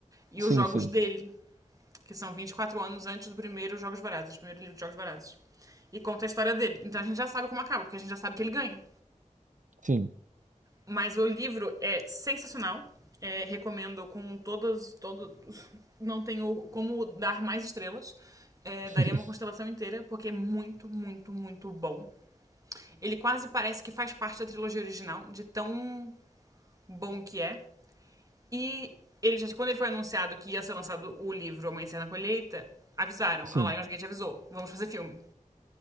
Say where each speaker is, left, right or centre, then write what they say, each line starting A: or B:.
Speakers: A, on the right; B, on the right.
A: E
B: sim,
A: os jogos
B: sim,
A: dele, que são 24 anos antes do primeiro Jogos Vorazes, primeiro livro de Jogos Vorazes. E conta a história dele. Então a gente já sabe como acaba, porque a gente já sabe que ele ganha.
B: sim,
A: Mas o livro é sensacional. É, recomendo com todas. Todo, <laughs> não tenho como dar mais estrelas. É,
B: <laughs>
A: daria uma constelação inteira, porque é muito, muito, muito bom. Ele quase parece que faz parte da trilogia original, de tão bom que é. E ele já, quando ele foi anunciado que ia ser lançado o livro Amanhecer na Colheita, avisaram.
B: sim.
A: A Lionsgate avisou: vamos fazer filme.